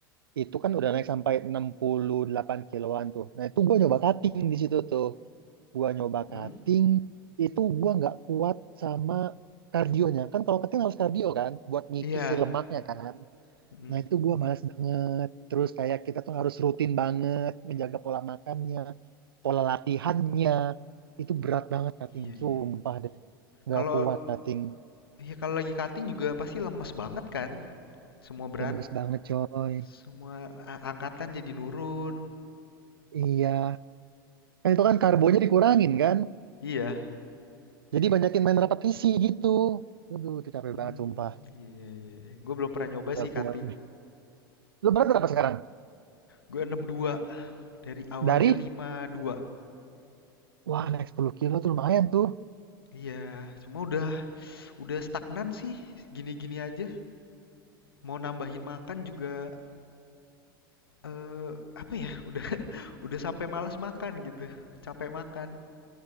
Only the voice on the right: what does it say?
itu kan udah naik sampai 68 kiloan tuh. Nah, itu gua nyoba cutting di situ tuh. gua nyoba
cutting itu gua nggak kuat sama kardionya kan kalau cutting harus kardio kan buat ngikis
si lemaknya kan
nah itu gua malas banget terus kayak kita tuh harus rutin banget menjaga pola makannya pola latihannya itu berat banget cutting
sumpah deh nggak
kuat cutting
lemes banget coy
iya kan itu kan karbonya dikurangin kan
jadi banyakin main repetisi gitu Aduh, itu capek
banget, sumpah.
nggak
kuat.
Lo berat berapa sekarang?
Dari?
Wah, naik 10 kilo tuh lumayan tuh.